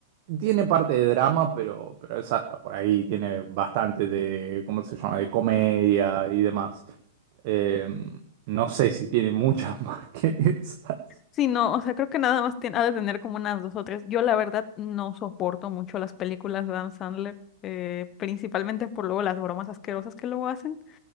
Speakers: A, on the right (about 45°); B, on the left (about 30°).
A: tiene parte de drama, pero, pero es hasta por ahí, tiene bastante de, ¿cómo se llama?, de comedia y demás. Eh, no sé si tiene muchas <laughs> más que esas.
B: Sí, no, o sea, creo que nada más tiene, ha de tener como unas dos o tres. Yo la verdad no soporto mucho las películas de Adam Sandler, eh, principalmente por luego las bromas asquerosas que luego hacen,